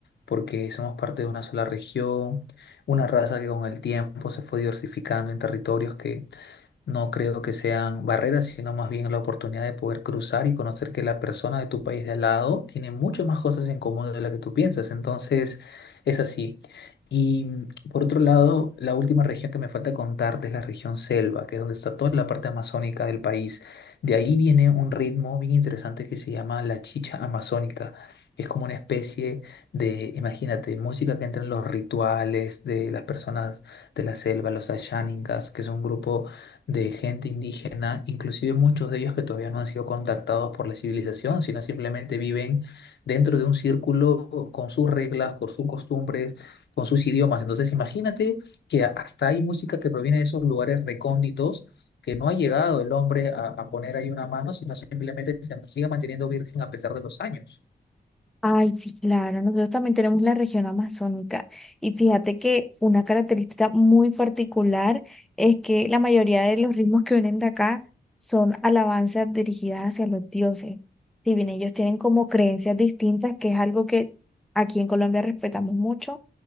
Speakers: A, on the left; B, in the centre.
A: porque somos parte de una sola región, una raza que con el tiempo se fue diversificando en territorios que No creo que sean barreras, sino más bien la oportunidad de poder cruzar y conocer que la persona de tu país de al lado tiene muchas más cosas en común de lo que tú piensas. Entonces, es así. Y mm, por otro lado, la última región que me falta contarte es la región selva, que es donde está toda la parte amazónica del país. De ahí viene un ritmo bien interesante que se llama la chicha amazónica. Es como una especie de, imagínate, música que entra en los rituales de las personas de la selva, los Ashaningas, que es un grupo de gente indígena, inclusive muchos de ellos que todavía no han sido contactados por la civilización, sino simplemente viven dentro de un círculo con sus reglas, con sus costumbres, con sus idiomas. Entonces, imagínate que hasta hay música que proviene de esos lugares recónditos. que no ha llegado el hombre a, a poner ahí una mano, sino simplemente se sigue manteniendo virgen a pesar de los años.
B: Ay, sí, claro, nosotros también tenemos la región amazónica y fíjate que una característica muy particular es que la mayoría de los ritmos que vienen de acá son alabanzas dirigidas hacia los dioses. Si bien ellos tienen como creencias distintas, que es algo que aquí en Colombia respetamos mucho,